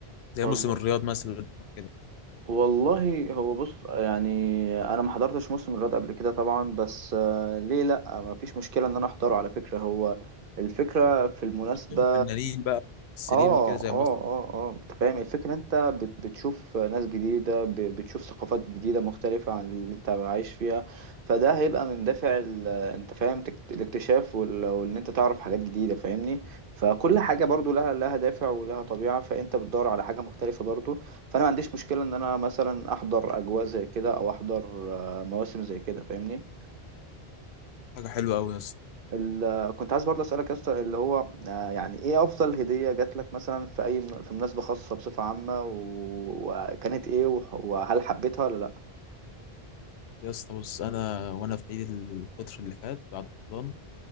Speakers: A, on the left; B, on the right.
A: زي
B: والله
A: موسم الرياض مثلا أو كده
B: والله هو بص يعني انا ما حضرتش موسم الرياض قبل كده طبعا بس آه، ليه لا ما فيش مشكله ان انا احضره على فكره هو الفكرة في المناسبة
A: الفنانين بقى ممثلين
B: اه
A: وكده زي
B: اه
A: مصر
B: اه اه انت فاهم الفكرة انت بت- بتشوف ناس جديدة ب- بتشوف ثقافات جديدة مختلفة عن اللي انت عايش فيها فده هيبقى من دافع ال- انت فاهم تك- الاكتشاف وال- وان انت تعرف حاجات جديدة فاهمني فكل حاجة برضو لها لها دافع ولها طبيعة فانت بتدور على حاجة مختلفة برضو فانا ما عنديش مشكلة ان انا مثلا احضر اجواء زي كده او احضر آه، مواسم زي كده فاهمني
A: حاجه حلوه قوي يا اسطى
B: ال- كنت عايز برضه اسالك يا اسطى اللي هو آه، يعني ايه افضل هديه جات لك مثلا في اي من- في مناسبه خاصه بصفه عامه و- وكانت ايه وح- وهل حبيتها ولا لا
A: يا اسطى بص انا وانا في عيد الفطر اللي فات بعد رمضان